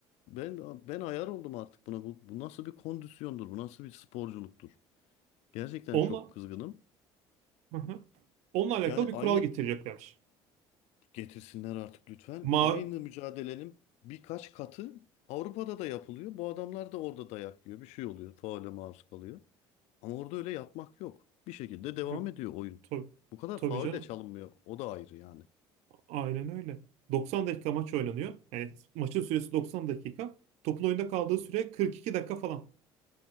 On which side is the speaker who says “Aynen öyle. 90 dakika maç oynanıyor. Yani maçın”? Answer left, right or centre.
Right